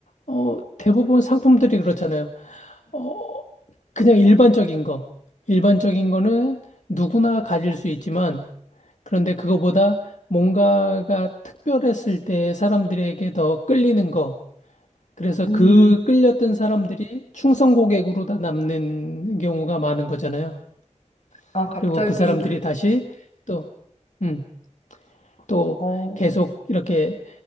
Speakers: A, on the left; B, on the left.
A: 어, 대부분 상품들이 그렇잖아요. 어, 그냥 일반적인 거. 일반적인 거는 누구나 가질 수 있지만 그런데 그거보다 뭔가가 특별했을 때 사람들에게 더 끌리는 거. 그래서
B: 음.
A: 그 끌렸던 사람들이 충성 고객으로 다 남는 경우가 많은 거잖아요.
B: 아, 갑자기
A: 그리고 그 사람들이
B: 그,
A: 다시 또, 음, 또
B: 어,
A: 계속 이렇게